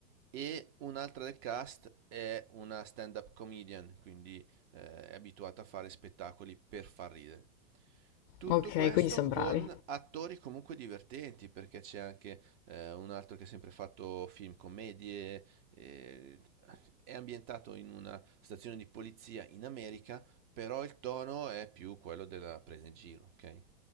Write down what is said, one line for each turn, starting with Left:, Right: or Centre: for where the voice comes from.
Right: E un'altra del cast è una stand-up comedian, quindi eh, è abituata a fare spettacoli per far ridere. Tutto
Left: ok,
Right: questo
Left: quindi sono
Right: con
Left: bravi.
Right: attori comunque divertenti, perché c'è anche eh, un altro che ha sempre fatto film commedie, eh, è ambientato in una stazione di polizia in America, però il tono è più quello della presa in giro, ok?